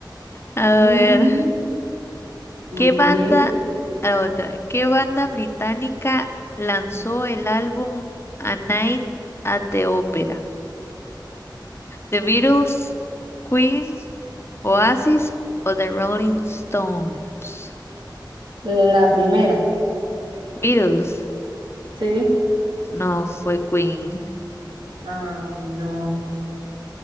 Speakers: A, on the left; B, on the right.
A: A
B: Mm,
A: ver.
B: muy
A: ¿Qué banda,
B: bien.
A: la otra, qué banda británica lanzó el álbum A Night at the Opera? ¿The Beatles, Queen, Oasis o The Rolling Stones?
B: La primera,
A: Beatles,
B: ¿sí?
A: no fue Queen.
B: Ay, no.